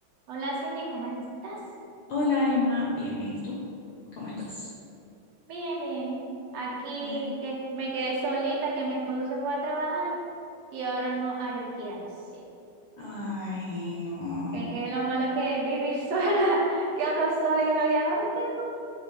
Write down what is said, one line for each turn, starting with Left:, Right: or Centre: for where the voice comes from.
Right: Hola Cindy, ¿cómo estás?
Left: Hola Emma, bien, bien, ¿tú? ¿Cómo estás?
Right: Bien, bien. Aquí
Left: Eh,
Right: que me quedé solita, que mi esposo se fue a trabajar y ahora no hay qué hacer.
Left: Ay, no.
Right: Que, que lo malo es que vivir <laughs> sola, que uno es sola y uno y ahora qué hago.